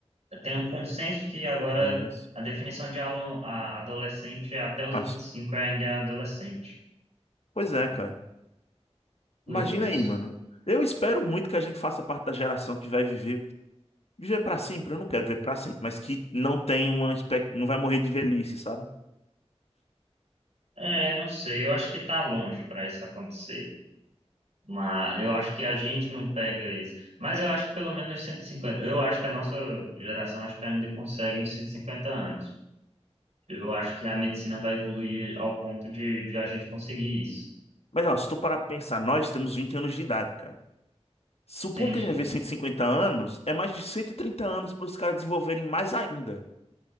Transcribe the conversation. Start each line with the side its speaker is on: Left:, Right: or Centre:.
Right: Tem um consenso que agora
Left: No OMS.
Right: a definição de aluno, a- adolescente é até os
Left: Nossa.
Right: vinte e cinco é ainda adolescente.
Left: Pois é, cara.
Right: Louco
Left: Imagina
Right: isso.
Left: aí, mano. Eu espero muito que a gente faça parte da geração que vai viver. Viver pra sempre, eu não quero viver pra sempre, mas que não tem uma. espe- Não vai morrer de velhice, sabe?
Right: É, não sei, eu acho que tá longe para isso acontecer. Mas eu acho que a gente não pega isso. Mas eu acho que pelo menos cento e cinquenta, Eu acho que a nossa geração acho que ainda consegue uns 150 anos. Eu acho que a medicina vai evoluir ao ponto de, de a gente conseguir isso.
Left: Mas, ó, se tu parar pra pensar, nós temos 20 anos de idade, cara. Supondo
Right: Sim, sim.
Left: que a gente vai ver 150 anos, é mais de 130 anos para os caras desenvolverem mais ainda.